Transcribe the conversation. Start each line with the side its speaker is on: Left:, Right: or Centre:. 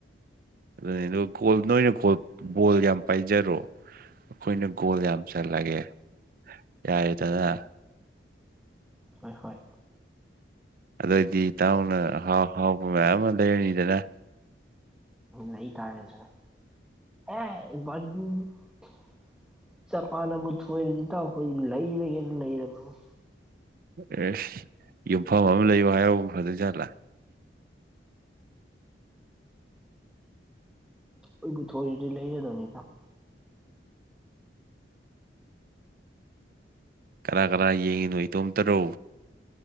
Right: ꯑꯗꯨꯅꯤ ꯑꯗꯨꯒ ꯀꯣꯜ ꯅꯣꯏꯅ ꯀꯣꯜ ꯕꯣꯜ ꯌꯥꯝ ꯄꯥꯏꯖꯔꯣ ꯑꯩꯈꯣꯏꯅ ꯒꯣꯜ ꯌꯥꯝ ꯆꯜꯂꯒꯦ ꯌꯥꯔꯦꯗꯅ
Centre: ꯍꯣꯏ ꯍꯣꯏ
Right: ꯑꯗꯨꯑꯣꯏꯗꯤ ꯏꯇꯥꯎꯅ ꯑꯍꯥꯎ ꯑꯍꯥꯎꯕ ꯃꯌꯥꯝ ꯑꯃ ꯂꯩꯔꯅꯤꯗꯅ
Centre: ꯂꯩ ꯇꯔꯦꯗꯅ ꯑꯦ <unintelligible> ꯖꯄꯥꯟꯅꯕꯨ ꯊꯣꯏꯔꯗꯤ ꯏꯇꯥꯎ ꯑꯈꯣꯏꯗꯤ ꯂꯩꯔꯒꯦꯗ ꯂꯩꯔꯕꯅꯤ
Right: ꯑꯦꯁ ꯌꯨꯝꯐꯝ ꯑꯃ ꯂꯩꯌꯨ ꯍꯥꯏꯍꯧ ꯐꯗꯣꯏꯖꯥꯠꯂꯥ
Centre: ꯊꯣꯏꯕꯨ ꯊꯣꯏꯔꯗꯤ ꯂꯩꯔꯗꯕꯅꯤ ꯏꯇꯥꯎ
Right: ꯀꯅꯥ ꯀꯅꯥ ꯌꯦꯡꯉꯤꯅꯣ ꯏꯇꯣꯝꯇꯔꯣ